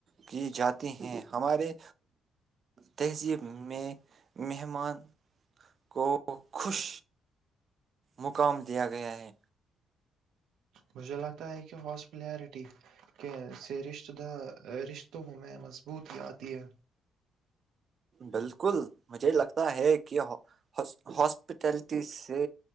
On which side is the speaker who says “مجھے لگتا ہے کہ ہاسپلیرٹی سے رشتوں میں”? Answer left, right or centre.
Right